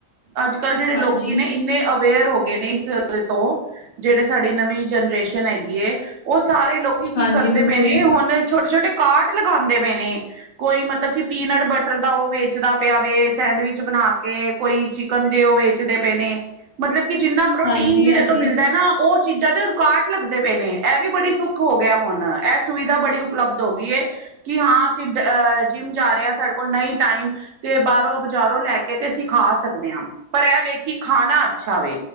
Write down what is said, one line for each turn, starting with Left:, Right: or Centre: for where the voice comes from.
Right: ਅੱਜ ਕੱਲ੍ਹ ਜਿਹੜੇ
Left: ਹਾਂਜੀ,
Right: ਲੋਕੀ ਨੇ ਇੰਨੇ ਅਵੇਅਰ ਹੋ ਗਏ ਨੇ ਸਬ ਤੋਂ ਜੇਹੜੇ ਸਾਡੀ ਨਵੀਂ ਜੇਨਰੇਸ਼ਨ ਹੈਗੀ ਏ ਉਹ ਸਾਰੇ ਲੋਕੀ ਕੀ
Left: ਹਾਂਜੀ
Right: ਕਰਦੇ
Left: ਬਿਲਕੁਲ,
Right: ਪਏ ਨੇ ਹੁਣ ਛੋਟੇ ਛੋਟੇ ਕਾਰਟ ਲਗਾਉਂਦੇ ਪਏ ਨੇ ਕੋਈ ਮਤਲਬ ਕਿ ਪੀਨਟ ਬਟਰ ਦਾ ਉਹ ਵੇਚਦਾ ਪਿਆ ਵੇ ਸੈਂਡਵਿਚ ਬਣਾ ਕੇ ਕੋਈ ਚਿਕਨ ਦੇ ਉਹ ਵੇਚਦੇ ਪਏ ਨੇ ਮਤਲਬ ਕਿ ਜਿੰਨਾ ਪ੍ਰੋਟੀਨ
Left: ਹਾਂਜੀ-ਹਾਂਜੀ,
Right: ਜਿਹਦੇ ਤੋਂ ਮਿਲਦਾ ਨਾ ਉਹ ਚੀਜ਼ਾਂ ਦੇੁ ਹੁਣ ਕਾਰਟ ਲੱਗਦੇ ਪਏ ਨੇ ਇਹ ਵੀ ਬੜੀ ਸੁੱਖ ਹੋ ਗਿਆ ਹੁਣ ਇਹ ਸੁਵਿਧਾ ਬੜੀ ਉਪਲਬਧ ਹੋ ਗਈ ਏ ਕਿ ਹਾਂ ਅਸੀਂ ਅ ਜਿੰਮ ਜਾ ਰਹੇ ਹਾਂ ਸਾਡੇ ਕੋਲ ਨਹੀਂ ਟਾਈਮ। ਤੇ ਬਾਹਰੋਂ ਬਜ਼ਾਰੋਂ ਲੈ ਕੇ ਤੇ ਅਸੀ ਖਾ ਸਕਦੇ ਹਾਂ। ਪਰ ਇਹ ਵਖ ਕਿ ਖਾਣਾ ਅੱਛਾ ਵੇ